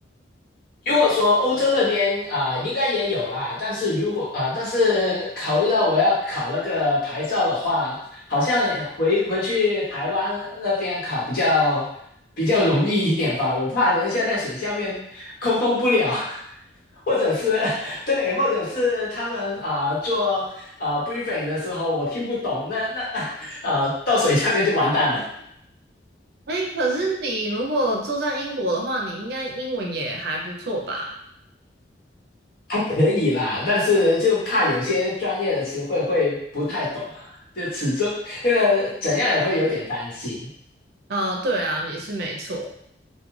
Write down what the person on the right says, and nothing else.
哎，可是你如果住在英国的话，你应该英文也还不错吧？
呃，对啊，你是没错。